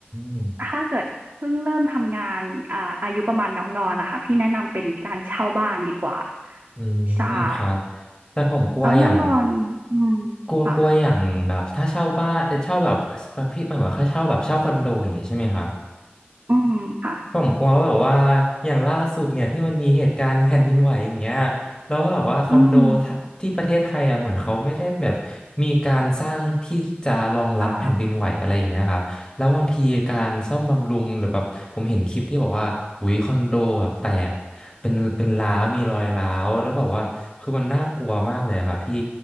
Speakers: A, on the left; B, on the right.
A: ม
B: ถ้าเกิดเพิ่งเริ่มทำงานอ่าอายุประมาณน้องดอนนะคะพี่แนะนำเป็นการเช่าบ้านดีกว่า
A: อืมครับ
B: ใช่
A: แต่ผมกลัวอย่าง
B: แล้วน้องดอนอืมค่ะ
A: กลัวกลัวอย่างแบบถ้าเช่าบ้านเอ่อเช่าแบบแบบพี่หมายว่าค่าเช่าแบบเช่าคอนโดอย่างนี้ใช่ไหมครับ
B: อืมค่ะ
A: ผมกลัวว่าแบบว่าอย่างล่าสุดเนี่ยที่มันมีเหตุการณ์แผ่นดินไหวอย่างเงี้ยแล้วแบบว่าคอนโดทะที่ประเทศไทยอ่ะเหมือนเขาไม่ได้แบบมีการสร้างที่จะรองรับแผ่นดินไหวอะไรอย่างเงี้ยครับแล้วบางทีการซ่อมบำรุงหรือแบบผมเห็นคลิปที่บอกว่าอุยคอนโดแบบแตกเป็นเป็นร้าวมีรอยร้าวแล้วแบบว่าคือมันน่ากลัวมากเลยอะครับพี่
B: อืมอ่า